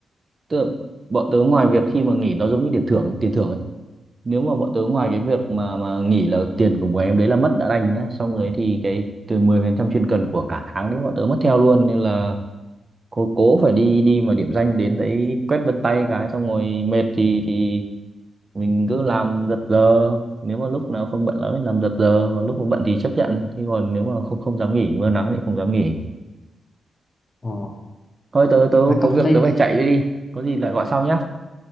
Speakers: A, on the right (about 30°); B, on the left (about 25°).
A: tức là bọn tớ ngoài việc khi mà nghỉ nó giống như tiền thưởng tiền thưởng ấy nếu mà bọn tớ ngoài cái việc mà mà nghỉ là tiền của bọn em đấy là mất đã đành nhá xong rồi thì cái từ 10% chuyên cần của cả tháng đấy bọn tớ mất theo luôn nên là cố cố phải đi đi mà điểm danh đến đấy quét vân tay cái xong rồi mệt thì thì mình cứ làm giật giờ nếu mà lúc nào không bận lắm thì làm giật giờ còn lúc mà bận thì chấp nhận chứ còn nếu mà không không dám nghỉ mưa nắng thì không dám nghỉ
B: Ờ,
A: thôi tớ tớ
B: mà
A: có
B: công
A: việc
B: ty
A: tớ phải chạy đi có gì lại gọi sau nhá